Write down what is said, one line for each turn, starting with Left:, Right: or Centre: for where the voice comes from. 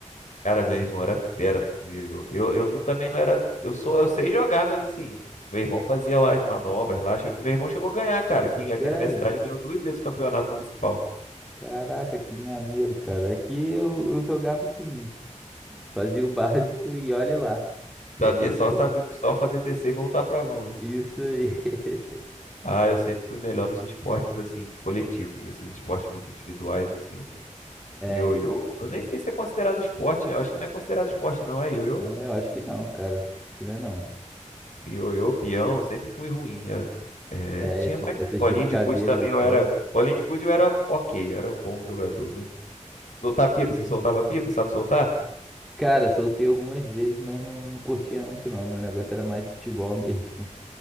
Left: Cara, meu irmão era fera, meu ioiô. Eu, eu não- também não era, eu sou, eu sei jogar, mas assim, meu irmão fazia lá as manobras lá, chegou, meu irmão chegou a ganhar, cara, Aqui, aqui
Centre: Sério?
Left: na minha cidade ganhou duas vezes o campeonato municipal.
Centre: Caraca, que maneiro, cara. É que eu, eu jogava assim, fazia o <laughs> básico e olhe lá. E
Left: Sabia
Centre: era muito
Left: só, sabia só fazer descer e voltar pra mão, né?
Centre: isso aí. <laughs>
Left: Ah, eu sempre fui melhor nos esportes assim, coletivos, esses esportes muito individuais assim, eu
Centre: É,
Left: Ioiô,
Centre: eu também.
Left: eu nem sei se é considerado esporte, né? Eu acho que não é considerado esporte, não, é ioiô.
Centre: Ah, Eu acho que não, cara. Acho que não é não.
Left: Ioiô, peão, eu sempre fui ruim. Eu, é,
Centre: É,
Left: tinha
Centre: esse-
Left: mais
Centre: essas
Left: bolinha
Centre: brincadeiras
Left: de gude também,
Centre: assim.
Left: eu era. Bolinha de gude eu era ok, eu era um bom jogador. Mas... Soltar pipa, você soltava pipa, sabe soltar?
Centre: Cara, soltei algumas vezes, mas não, não curtia muito não. Meu negócio era mais futebol mesmo.